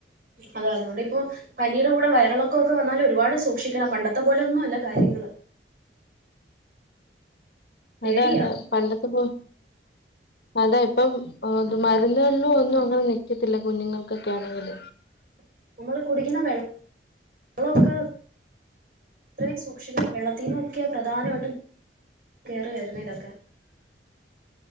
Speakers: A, on the right; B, on the left.
A: അത് അതുകൊണ്ട് ഇപ്പൊ പനി പനിന്റെ കൂടെ വയറിളക്കമൊക്കെ വന്നാല് ഒരുപാട് സൂക്ഷിക്കണം പണ്ടത്തെ പോലൊന്നും അല്ല കാര്യങ്ങള് പേടിയാ
B: അതാ അതാ പണ്ടത്തെ പോ അതാ ഇപ്പം മരുന്നുകളിലും ഒന്നും അങ്ങനെ നി ൽക്കത്തില്ല കുഞ്ഞുങ്ങൾക്കൊക്കെ ആണെങ്കില്
A: നമ്മള് കുടിക്കുന്ന വെള്ളമൊക്കെ അത്രയും സൂക്ഷിക്കണം വെള്ളത്തീനൊക്കെ പ്രധാനമായിട്ടും കേറി വരുന്നെ ഇതൊക്കെ